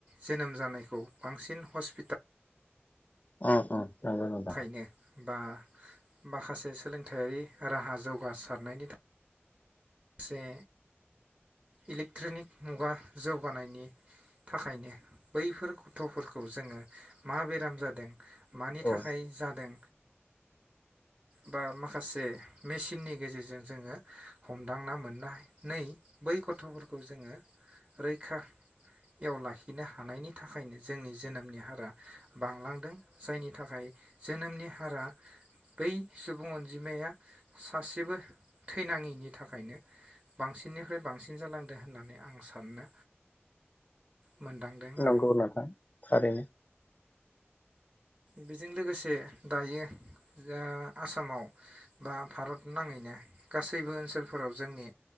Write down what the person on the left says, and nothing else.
अ अ। नंगौ नोंथां।
औ उम
नंगौ नोंथां थारैनो।